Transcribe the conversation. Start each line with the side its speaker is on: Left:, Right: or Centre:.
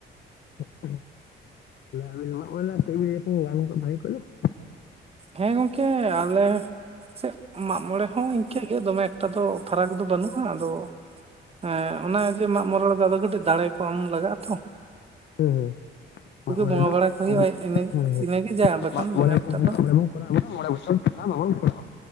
Left: <unintelligible>
Right: ᱦᱮᱸ ᱜᱚᱝᱠᱮ ᱟᱞᱮ ᱥᱮᱜ ᱢᱟᱜ ᱢᱚᱬᱮᱸ ᱦᱚᱸ ᱤᱱᱠᱟᱹᱜᱮ ᱫᱚᱢᱮ ᱮᱠᱴᱟ ᱫᱚ ᱯᱷᱟᱨᱟᱠ ᱫᱚ ᱵᱟᱹᱱᱩᱜ-ᱟ ᱟᱫᱚ ᱮᱸ ᱚᱱᱟ ᱡᱮ ᱢᱟᱜ ᱢᱚᱲᱮ ᱨᱮᱫᱚ ᱟᱫᱚ ᱠᱟᱹᱴᱤᱡ ᱫᱟᱲᱮ ᱠᱚ ᱟᱢ ᱞᱟᱜᱟᱜ ᱟᱛᱚ
Left: <unintelligible>
Right: ᱵᱚᱸᱜᱟ ᱵᱟᱲᱟ ᱠᱚ ᱦᱩᱭᱩᱜᱼᱟ ᱤᱱᱟᱹᱜᱮ ᱤᱱᱟᱹᱜᱮ
Left: <unintelligible>
Right: ᱡᱟ ᱵᱟᱠᱷᱟᱱ ᱫᱚᱢᱮ ᱮᱠᱴᱟ ᱫᱚ